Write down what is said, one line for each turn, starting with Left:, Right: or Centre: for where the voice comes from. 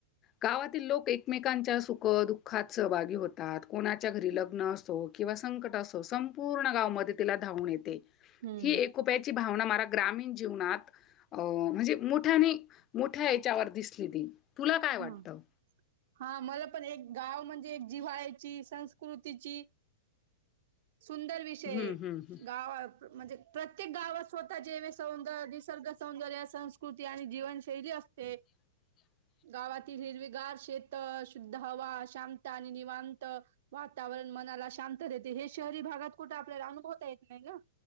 Left: गावातील लोक एकमेकांच्या सुख दुःखात सहभागी होतात, कोणाच्या घरी लग्न असतो किंवा संकट असो संपूर्ण गाव मदतीला, धावून येते
Right: हम्म
Left: ही एकोप्याची भावना मला ग्रामीण जीवनात अ म्हणजे मोठ्याने मोठ्या याच्यावर दिसली ती तुला काय वाटतं?
Right: हा हा मला पण एक गाव म्हणजे एक जिवा्हाळ्याची संस्कृतीची सुंदर विषय
Left: हं, हं, हं.
Right: गाव म्हणजे प्रत्येक गावात स्वतः जेवे सौंदर्य निसर्ग सौंदर्य संस्कृती आणि जीवनशैली असते.
Left: ह <inaudible>
Right: गावातील हिरवीगार शेतं शुद्ध हवा शांत आणि निवांत वातावरण मनाला शांत देते हे शहरी भागात कुठे आपल्याला अनुभवता येत नाही ना